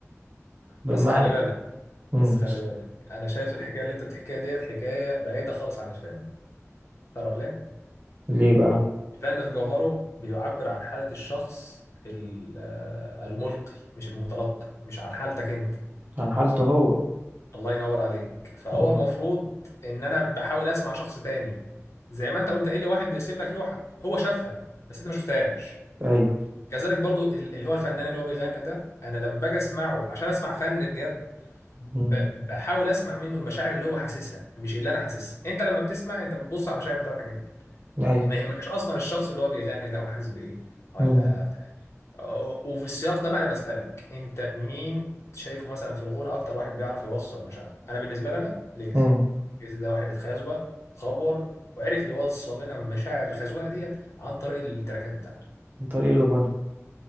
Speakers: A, on the right; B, on the left.
A: بمعنى
B: بس خلي بالك
A: مم.
B: بس خلي بالك أنا شايف الحكاية اللي أنت بتحكيها ديت حكاية بعيدة خالص عن الفن تعرف ليه؟
A: ليه بقى
B: الفن في جوهره بيعبر عن حالة الشخص ال- آه، الملقي مش المتلقي مش عن حالتك أنت
A: عن حالته هو
B: الله ينور عليك فهو
A: مم.
B: المفروض ان انا بحاول اسمع شخص تاني زي ما انت قمت قايل لي واحد بيرسم لك لوحه هو شافها بس انت ما شفتهاش
A: ايوه
B: كذلك برضو ال- اللي هو الفنان اللي هو بيغني ده انا لما باجي اسمعه عشان اسمع فن بجد ب-
A: مم.
B: بحاول اسمع منه المشاعر اللي هو حاسسها مش اللي انا حاسسها انت لما بتسمع انت بتبص على المشاعر بتاعتك انت
A: ايوه
B: ما يهمكش اصلا الشخص اللي هو بيغني ده هو حاسس بايه ولا
A: مم.
B: بتاع إيه. أه، وفي السياق ده بقى انا بسالك انت مين شايفه مثلا في الغنى اكتر واحد بيعرف يوصل مشاعر انا بالنسبه لي انا ليجاسي
A: مم.
B: ليجاسي ده واحد اتخزوق اتخبور وعرف يوصل لنا مشاعر الخزوقه ديت عن طريق التراكات بتاعته
A: من طريق الغنى